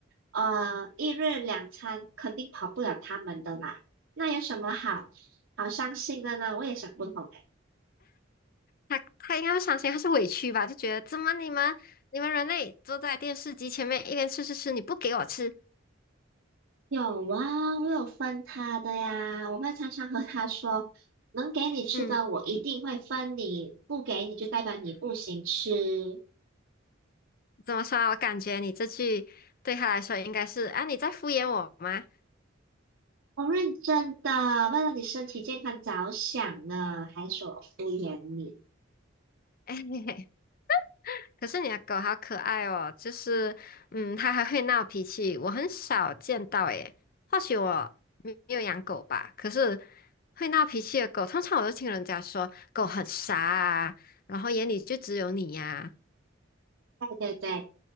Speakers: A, on the right; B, on the left.
A: 呃，一日两餐肯定跑不了他们的啦。那有什么好好伤心的呢？我也想不通诶。
B: 他他应该不伤心，他是委屈吧？就觉得怎么你们你们人类坐在电视机前面一边吃吃吃，你不给我吃，
A: 有啊，我有分他的呀，我会常常和他说，能给你吃的我一定会分你，
B: 嗯，
A: 不给你就代表你不行吃。
B: 怎么说啊？我感觉你这句对他来说应该是啊，你在敷衍我吗？
A: 我认真的，为了你身体健康着想呢，还说我敷衍你，
B: <laughs> 哎，可是你的狗好可爱哦，就是嗯，它还会闹脾气，我很少见到诶。或许我没有养狗吧，可是会闹脾气的狗，通常我都听人家说狗很傻啊，然后眼里就只有你呀、
A: 对不对？